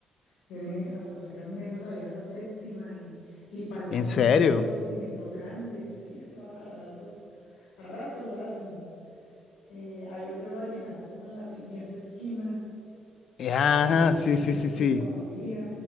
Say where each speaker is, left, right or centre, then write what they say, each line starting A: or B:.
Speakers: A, on the left (about 90°); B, on the left (about 60°).
A: tiene hasta sacan mesas ahí a la séptima y, y para el fondo
B: ¿En serio?
A: es un establecimiento grande, sí, eso a, a ratos, a ratos lo hacen. Eh, hay otro de vallenato como en la siguiente esquina,
B: Eh, Ajá,
A: o yo no
B: sí,
A: sé
B: sí,
A: si sigue
B: sí, sí.
A: todavía.